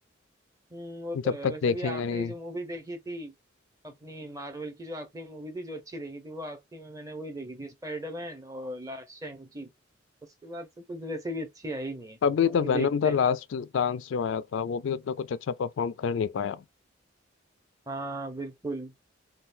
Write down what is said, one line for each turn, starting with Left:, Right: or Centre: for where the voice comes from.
Right: हम्म वो तो
Left: जब
Right: है
Left: तक
Right: वैसे
Left: देखेंगे
Right: भी आखिरी
Left: नहीं
Right: जो मूवी देखी थी अपनी मार्वल की जो आखिरी मूवी थी जो अच्छी देखी थी वो आखिरी में मैंने वही देखी थी स्पाइडरमैन और लास्ट शैंग-ची उसके बाद से कुछ वैसे भी अच्छी आई नहीं है बाकी
Left: अभी तो वैनम
Right: देखते
Left: द
Right: हैं
Left: लास्ट डांस जो आया था वो भी उतना कुछ अच्छा परफॉर्म कर नहीं पाया
Right: हाँ बिल्कुल